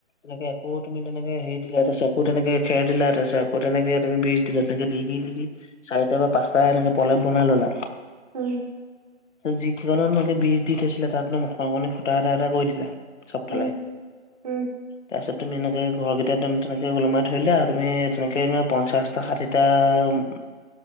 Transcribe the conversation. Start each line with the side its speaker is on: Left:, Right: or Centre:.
Left: তেনেকে আকৌ তুমি তেনেকে হেৰি দিলা তাৰপাছত আকৌ তেনেকে খেৰ দিলা, তাৰপাছত আকৌ তেনেকে তুমি বীজ দিলে চাগে দি দি দি দি চাৰিটা বা পাঁচটা এনেকে পলেপ বনাই ললে
Right: উম
Left: যি দিননত বী দি থৈছিলে। তাত অকণনি ফুটা এটা এটা কৰি দিলে চব ফালে
Right: উম, উম
Left: তাৰপিছত তুমি এনেকে ঘৰকেইটা একদম তেনেকে ওলমাই ধৰিলে আৰু তুমি তেনেকে তহ পঞ্চাশটা ষাঠিটা এটা